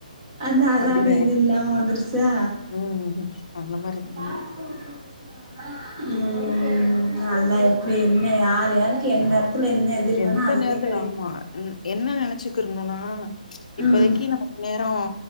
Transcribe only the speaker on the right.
அந்த அல்லோடு
இது இல்லாம வந்திரிச்சா
ம்
ம் அல்ல எப்டி என்ன யார் யாருக்கு என்ன எடத்துல என்ன எழுதிருக்கானோ
அதுதே
கெடைக்கு
ம்